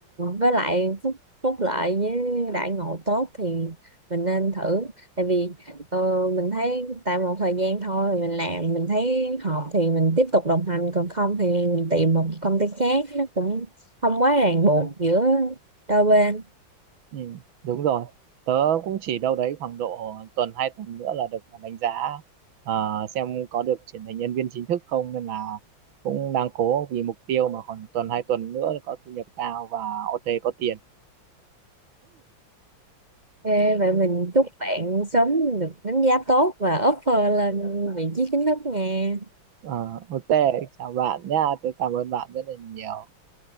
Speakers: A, on the right; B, on the right.
A: với lại phúc phúc lợi với đãi ngộ tốt thì mình nên thử tại vì ờ, mình thấy tại một thời gian thôi mình làm mình thấy hợp thì mình tiếp tục đồng hành còn không thì mình tìm một công ty khác nó cũng không quá ràng buộc giữa đôi bên
B: Ừ, đúng rồi. Tớ cũng chỉ đâu đấy khoảng độ tuần hai tuần nữa là được đánh giá ờ, xem có được chuyển thành nhân viên chính thức không nên là cũng đang cố vì mục tiêu mà khoảng tuần hai tuần nữa có thu nhập cao và OT có tiền.
A: Ok, vậy
B: <laughs>
A: mình chúc bạn sớm được đánh giá tốt và offer lên vị trí chính thức nha
B: Ờ, OT chào bạn nha, tớ cảm ơn bạn rất là nhiều.